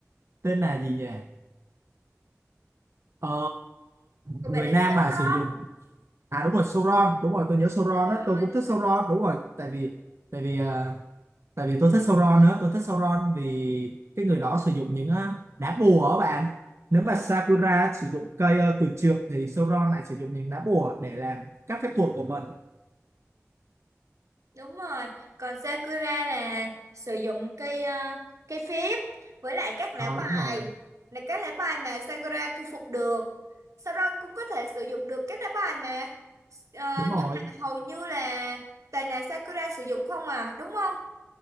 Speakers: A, on the right (about 60°); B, on the right (about 80°).
A: tên là gì nhỉ ờ,
B: Còn
A: người
B: bạn là
A: nam
B: Sauron.
A: mà sử dụng à đúng rồi Sauron đúng rồi tôi nhớ Sauron
B: Đúng
A: á
B: rồi,
A: tôi cũng
B: đúng
A: thích
B: rồi.
A: Sauron đúng rồi tại vì tại vì ờ, tại vì tôi thích Sauron nữa tôi thích Sauron vì cái người đó sử dụng những ờ, đá bùa ở bạn nếu mà Sakura sử dụng cây ờ, quyền trượng thì Sauron lại sử dụng những đá bùa để làm các phép thuật của mình
B: Đúng rồi, còn Sakura là sử dụng cây ờ, cây phép với lại các lá
A: ờ
B: bài
A: đúng rồi
B: là các lá bài mà Sakura thu phục được. Sau đó cũng có thể sử dụng được các lá bài mà Ờ,
A: đúng rồi
B: nhưng mà hầu như là toàn là Sakura sử dụng không à, đúng không?